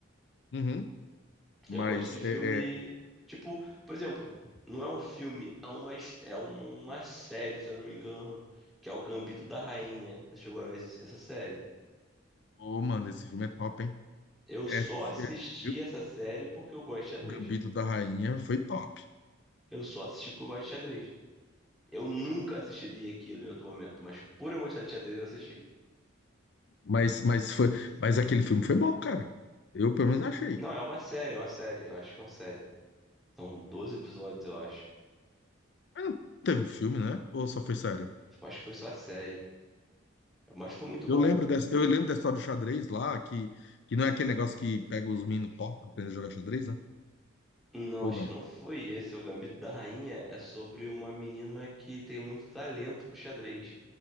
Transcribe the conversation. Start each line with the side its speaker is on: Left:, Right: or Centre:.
Left: Uhum. Mas
Centre: Eu gosto de filme,
Left: é, é,
Centre: tipo, por exemplo, não é um filme, é uma, es- é uma série, se eu não me engano, que é o Gambito da Rainha. Você chegou a ver esse- essa série?
Left: ô, mano, esse filme é top, hein?
Centre: Eu
Left: É,
Centre: só
Left: fi-
Centre: assisti
Left: é- eu-
Centre: essa série porque eu gosto de xadrez.
Left: Gambito da Rainha foi top.
Centre: Eu só assisti porque eu gosto de xadrez. Eu nunca assistiria aquilo em outro momento, mas por eu gostar de xadrez, eu assisti.
Left: Mas, mas, foi, mas aquele filme foi bom, cara. Eu, pelo menos, achei.
Centre: Não, é uma série, é uma série. Eu acho que é uma série. São 12 episódios, eu acho.
Left: Mas não teve um filme, né? Ou só foi série?
Centre: Eu Acho que foi só a série. Mas foi muito
Left: Eu
Centre: bom.
Left: lembro dessa, eu lembro da história do xadrez lá, que, que não é aquele negócio que pega os meninos top pra aprender a jogar xadrez, né?
Centre: Não,
Left: Ou
Centre: acho
Left: não?
Centre: que não foi esse. é O Gambito da Rainha é sobre uma menina que tem muito talento pro xadrez.